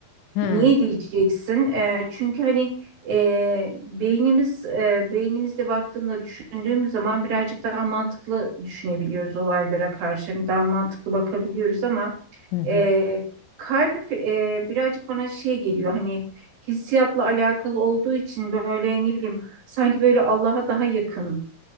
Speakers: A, on the left; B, on the right.
A: Hmm.
B: Niye diyeceksin? Eee, çünkü hani eee, beynimiz eee beynimizde baktığında düşündüğümüz zaman birazcık daha mantıklı düşünebiliyoruz olaylara karşı. Hani daha mantıklı bakabiliyoruz ama
A: Hı hı.
B: eee, kalp eee, birazcık bana şey geliyor hani hissiyatla alakalı olduğu için böyle ne bileyim sanki böyle Allah'a daha yakın.